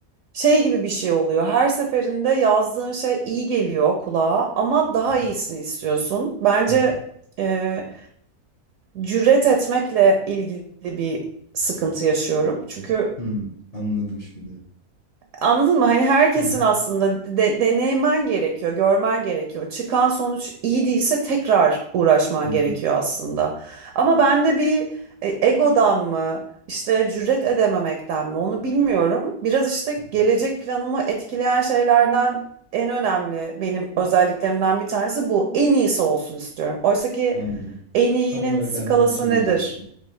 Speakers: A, on the right; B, on the left.
A: şey gibi bir şey oluyor. Her seferinde yazdığın şey iyi geliyor kulağa ama daha
B: Hı hı.
A: iyisini istiyorsun. Bence
B: Hı hı.
A: e, cüret etmekle ilgili bir sıkıntı yaşıyorum. Çünkü
B: Hmm, anladım şimdi.
A: Anladın mı? Hani herkesin
B: Aha.
A: aslında de- deneymen gerekiyor, görmen gerekiyor. Çıkan sonuç iyi değilse tekrar uğraşman
B: Hı hı.
A: gerekiyor aslında. Ama bende bir e, egodan mı, işte cüret edememekten mi onu bilmiyorum. Biraz işte
B: Hı
A: gelecek
B: hı.
A: planımı etkileyen şeylerden en önemli benim özelliklerimden bir tanesi bu. En iyisi olsun istiyorum. Oysa ki
B: Anladım.
A: en iyinin
B: Tam olarak
A: skalası
B: ben de onu söyleyecektim.
A: nedir?